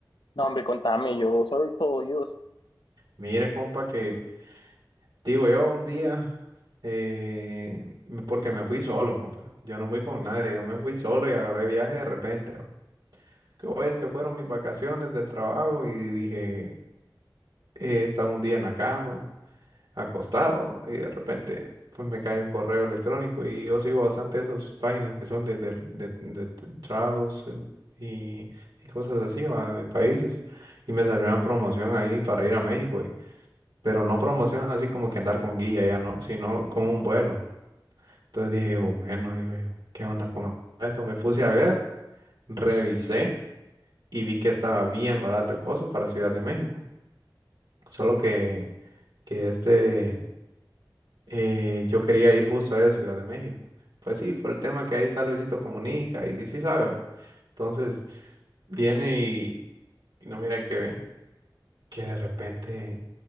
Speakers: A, on the left (about 75°); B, on the right (about 70°).
A: No, hombre, contame, yo soy todo oídos.
B: Mire, compa, que Digo, yo un día, eh, me- porque me fui solo, compa. Yo no fui con nadie, yo me fui solo y agarré viaje de repente. ¿va? Que pues, que fueron mis vacaciones del trabajo y dije, eh, estaba un día en la cama, acostado, y de repente pues me cae un correo electrónico y yo sigo bastante esas páginas que son de, de, de, de travels eh, y, y cosas así, ¿va? de países. Y me salió una promoción ahí para ir a México pero no promoción así como que andar con guía, ya no, sino con un vuelo. Entonces dije yo, bueno, digo yo, ¿qué onda con esto? Me puse a ver, revisé y vi que estaba bien barato el costo para Ciudad de México. Solo que, que este, eh, yo quería ir justo a Ciudad de México. Pues sí, por el tema que ahí está Luisito Comunica y, sí sabe. ¿va? Entonces viene y, y no mira que ve. que de repente